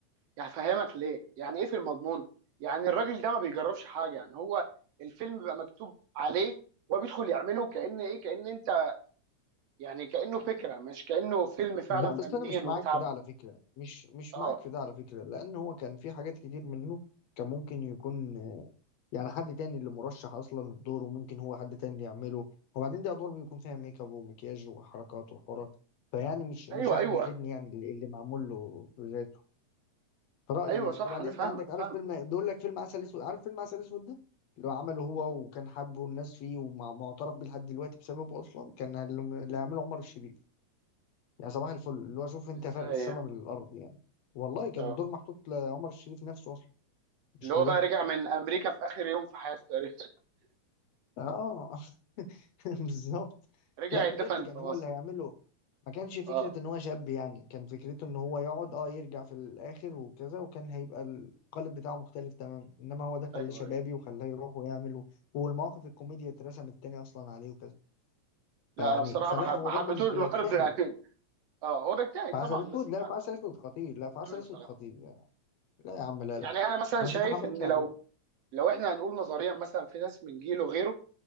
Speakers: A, on the right (about 65°); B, on the left (about 65°).
A: يعني فهمك ليه يعني ايه في المضمون يعني الراجل ده ما بيجربش حاجه يعني هو الفيلم بيبقى مكتوب عليه وبيدخل يعمله كأن ايه كأن انت يعني كأنه فكره مش كأنه فيلم فعلا
B: لا بس
A: فنيا
B: انا مش
A: وبيتعب
B: معاك في ده على فكره مش مش
A: اه
B: معاك في ده على فكره لان هو كان في حاجات كتير منه كان ممكن يكون آه، يعني حد تاني اللي مرشح اصلا للدور وممكن هو حد تاني اللي يعمله وبعدين دي ادوار بيكون فيها ميك اب ومكياج وحركات وحوارات فيعني مش مش
A: ايوه
B: احمد
A: ايوه
B: حلمي يعني اللي اللي معمول له ذاته رأيي
A: ايوه
B: يعني
A: صح
B: وبعدين
A: انا فاهمك
B: انت عندك
A: فاهمك
B: عارف فيلم بيقول لك فيلم عسل اسود عارف فيلم عسل اسود ده اللي هو عمله هو
A: م-
B: وكان حابه الناس فيه ومعترف بيه لحد دلوقتي بسببه اصلا كان اللي اللي
A: م.
B: هيعمله عمر الشريف يعني صباح الفل اللي هو شوف انت
A: ازاي
B: فرق السما
A: يعني
B: من الارض يعني والله كان
A: اه
B: دور محطوط لعمر الشريف نفسه اصلا مش
A: اللي هو
B: لده
A: بقى رجع من امريكا في اخر يوم في حياته تقريبا
B: اه <laughs> بالظبط
A: رجع
B: لا
A: يتدفن
B: بجد كان
A: في مصر
B: هو اللي هيعمله ما كانش فكرة
A: اه
B: ان هو شاب يعني كان فكرته ان هو يقعد اه يرجع في الاخر وكذا وكان هيبقى القالب بتاعه مختلف تماما انما هو ده
A: ايوه
B: خلاه شبابي
A: ايوه
B: وخلاه يروح ويعمل و- والمواقف الكوميديا اترسمت تاني اصلا عليه وكذا
A: لا
B: فيعني
A: انا بصراحه
B: فلا
A: ما ح-
B: هو
A: ما حبيتهوش
B: برضه بيجتهد
A: برضه <laughs> يعني اه هو بيجتهد
B: في عسل
A: طبعا
B: اسود
A: بس ما
B: لا في
A: ما
B: عسل اسود خطير لا في عسل
A: حبيتهوش
B: اسود
A: بصراحه
B: خطير لا لا يا عم لا
A: يعني
B: لا
A: انا مثلا
B: ما
A: شايف
B: تتحملش
A: ان
B: عليه
A: لو لو احنا هنقول نظريا مثلا في ناس من جيله غيره